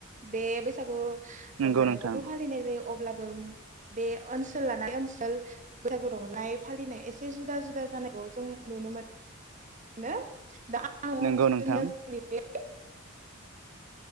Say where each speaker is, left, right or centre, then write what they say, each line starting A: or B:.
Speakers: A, on the right (about 35°); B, on the right (about 80°).
A: बे बैसागु
B: नंगौ
A: रंजानायखौथ'
B: नोंथां
A: फालिनाय जायो अब अब्लाबो बे ओनसोल लानानै ओनसोल बैसागु रंजानाय फालिनाय एसे जुदा जुदा जानायखौ जों नुनो मोनो। नो दा आन जोंनि
B: नंगौ नोंथां
A: ओनसोलनि बे